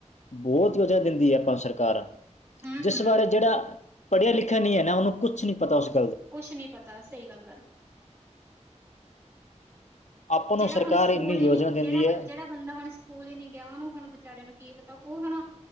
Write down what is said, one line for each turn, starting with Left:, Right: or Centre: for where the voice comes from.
Left: ਬਹੁਤ ਵਜ੍ਹਾ ਦਿੰਦੀ ਹੈ ਆਪਾਂ ਸਰਕਾਰ
Right: ਹੁੰ,
Left: ਜਿਸ
Right: ਹੁੰ।
Left: ਬਾਰੇ ਜਿਹੜਾ ਪੜ੍ਹਿਆ ਲਿਖਿਆ ਨਹੀਂ ਹੈ ਨਾ ਉਹਨੂੰ ਕੁਛ ਨਹੀਂੀ ਪਤਾ ਹੋ ਸਕੇ
Right: ਕੁਛ ਨੀ ਪਤਾ ਸਹੀ ਗੱਲ ਹੈ
Left: ਆਪਾਂ ਨੂੰ
Right: ਜਿਹੜਾ
Left: ਸਰਕਾਰ
Right: ਹੁਣ ਸਕੂਲ
Left: ਇੰਨੀ
Right: ਹੀ
Left: ਯੋਜਨਾ
Right: ਨੀ
Left: ਦਿੰਦੀ
Right: ਜਿਹੜਾ
Left: ਹੈ
Right: ਜਿਹੜਾ ਬੰਦਾ ਹੁਣ ਸਕੂ ਹੀ ਨ ਨਹੀਂੀ ਗਿਆ ਉਹਨੂੰ ਹੁਣ ਵਿਚਾਰੇ ਨੂੰ ਕੀ ਪਤਾ ਤਾਂ ਉਹ ਹੁਣ